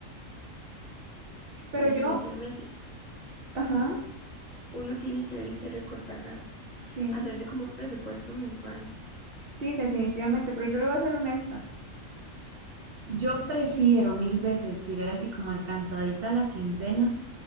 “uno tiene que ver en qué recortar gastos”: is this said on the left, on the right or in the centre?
Left